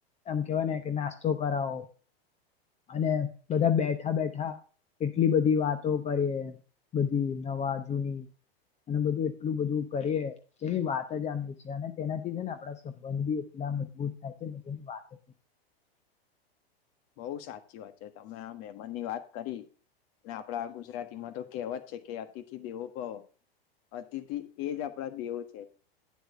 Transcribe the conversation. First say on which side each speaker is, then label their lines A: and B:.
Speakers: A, on the left; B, on the left.
A: એમ કેવા ને કે નાસ્તો કરાવો. અને બધા બેઠા બેઠા કેટલી બધી વાતો કરીએ બધી નવા જૂની અને બધું એટલું બધું કરીએ તેની વાત જ આવી છે અને તેનાથી છે ને આપણા સંબંધ બી એલા મજબૂત થાય છેન જેની વાત જ
B: બઉ સાચી વાત છે તમે આ મેમનની વાત કરી. ને આપડા ગુજરાતીમાં તો કેહેવત છે કે અતિથિ દેવો ભવ. અતિથિ એજ આપણા દેવો છે.